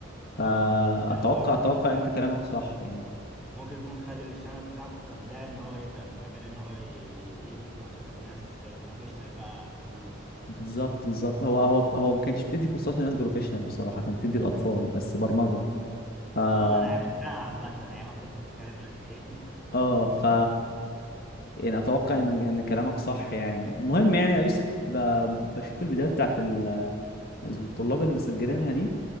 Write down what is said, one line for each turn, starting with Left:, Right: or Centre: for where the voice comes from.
Left: فاتوقع
Centre: اه يعني هو ممكن
Left: اتوقع
Centre: يكون
Left: انت كلامك صح يعني
Centre: ممكن يكون خد الشانل بتاعته كبداية ان هو يبدأ في مجال ان هو ي- ي- يدي كورسات لناس بروفيشنال بقى بفلوس
Left: بالظبط بالظبط هو هو هو ما كانش بتدي كورسات لناس بروفيشنال بصراحه كانت بتدي الاطفال بس برمجه ف اه
Centre: اه انا عرفتها عامة عرفت انت بتتكلم عن ايه
Left: اه ف يعني اتوقع ان ان كلامك صح يعني المهم يعني يا يوسف ب... بشوف الفيديوهات بتاعت ال... الطلاب اللي مسجلينها دي